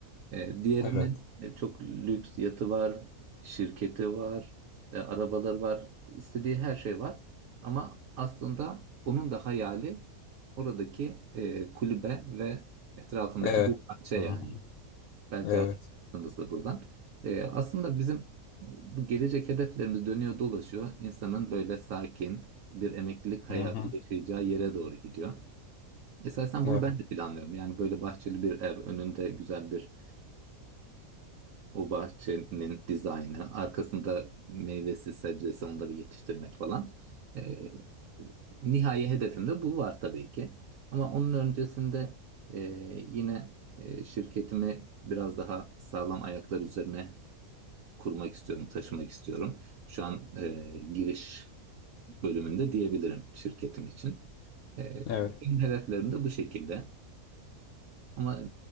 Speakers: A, on the right; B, on the left.
A: E, diğerinin
B: Evet.
A: e, çok lüks yatı var, şirketi var, e, arabaları var, istediği her şey var. Ama aslında onun da hayali Oradaki e, kulübe ve etrafındaki
B: Evet.
A: bir bahçe
B: Hı-hı.
A: yani. Belki
B: Evet.
A: hatırlarsınız da buradan. E, aslında bizim bu gelecek hedeflerimiz dönüyor dolaşıyor. İnsanın böyle sakin bir emeklilik hayatı
B: Hı-hı.
A: yaşayacağı yere doğru gidiyor. Esasen bunu
B: Evet.
A: ben de planlıyorum. Yani böyle bahçeli bir ev, önünde güzel bir o bahçenin dizaynı, arkasında meyvesi, sebzesi onları yetiştirmek falan. E, nihai hedefimde bu var tabii ki. Ama onun öncesinde e, yine e, şirketimi biraz daha sağlam ayaklar üzerine kurmak istiyorum, taşımak istiyorum. Şu an e, giriş bölümünde diyebilirim şirketim için. E,
B: Evet.
A: benim hedeflerim de bu şekilde. Ama